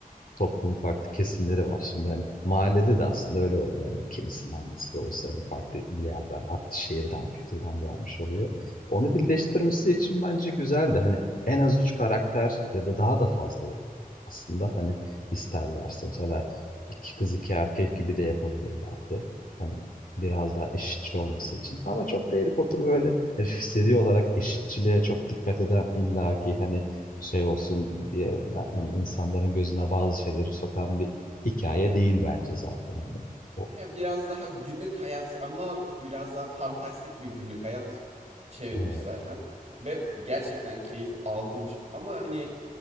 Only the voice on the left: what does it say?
toplumun farklı kesimleri var. Şimdi hani mahallede de aslında öyle oluyor. Yani kimisinin annesi olsa hani farklı bir yerden, farklı şehirden, kültürden gelmiş oluyor. Onu birleştirmesi için bence güzeldi. Hani en az üç karakter ya da daha da fazla olur aslında. Hani isterlerse mesela iki kız iki erkek gibi de yapabilirlerdi. Hani biraz daha eşitçi olması için. Ama çok da Harry Potter böyle hani seri olarak eşitçiliğe çok dikkat eden illaki hani şey olsun diye ben- hani insanların gözüne bazı şeyleri sokan bir hikaye değil bence zaten. Hani o,
evet,